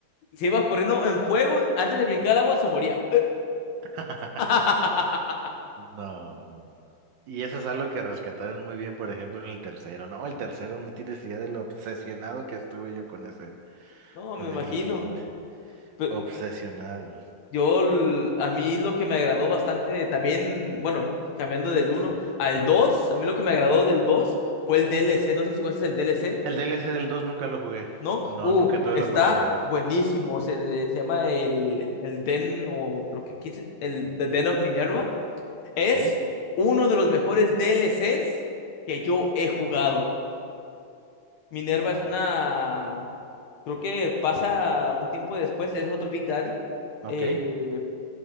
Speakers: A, on the left (about 80°); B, on the right (about 70°).
A: se iba corriendo en fuego, antes de brincar al agua se moría.
B: <laughs>
A: <laughs>
B: No, no, no. Y eso es algo que rescataron muy bien, por ejemplo, en el tercero. No, el tercero no tienes idea de lo obsesionado que estuve yo con ese,
A: No,
B: con
A: me imagino.
B: el Infinite.
A: Pe-
B: Obsesionado.
A: Yo, l- a mí lo que me agradó bastante también, bueno, cambiando del uno al dos a mí lo que me agradó del 2 fue el DLC. No sé si jugaste el DLC.
B: El DLC del 2 nunca lo jugué.
A: ¿no?
B: No,
A: Uh,
B: nunca tuve
A: está
B: la oportunidad.
A: buenísimo. Se, se llama el, el Den, o creo que quise- el The Den of Minerva. Es
B: Ok.
A: uno de los mejores D L Cs que yo he jugado. Minerva
B: No.
A: es una. Creo que pasa un tiempo después, es otro Big Daddy.
B: Ok.
A: Eh,